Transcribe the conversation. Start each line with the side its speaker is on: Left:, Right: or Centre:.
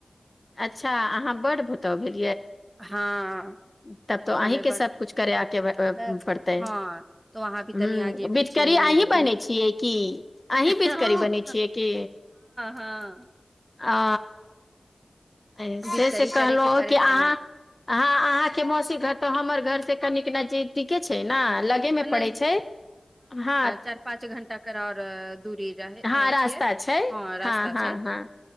Left: अच्छा अहाँ बड़ भ तोह भेल
Right: हँ
Left: <inaudible> तब तो अही
Right: हमे
Left: के
Right: बड़
Left: सब
Right: पुतोह
Left: कुछ करेके
Right: तब
Left: पड़तै
Right: हँ तो वहाँ भी
Left: ह
Right: तनि आगे पीछे
Left: बचकरी
Right: नेग
Left: अही
Right: बिध
Left: बनेै छियै कि अही बचकरी
Right: हँ
Left: बनेै छियै की
Right: हँ
Left: आ ऐसे
Right: बिधकरी
Left: से कहलहु
Right: करे के पड़े
Left: कि अहाँ
Right: के न
Left: आहाँ अहाँ मोसी घर तऽ हमर घर से कनिक नजी दिके छै ने लगे मे
Right: नज
Left: पड़े छै हँ
Right: चार पाँच घंटा कर आओर दूरी रहे
Left: हँ
Right: छियै
Left: रास्ता छै
Right: रास्ता
Left: हँ हँ
Right: छै
Left: हँ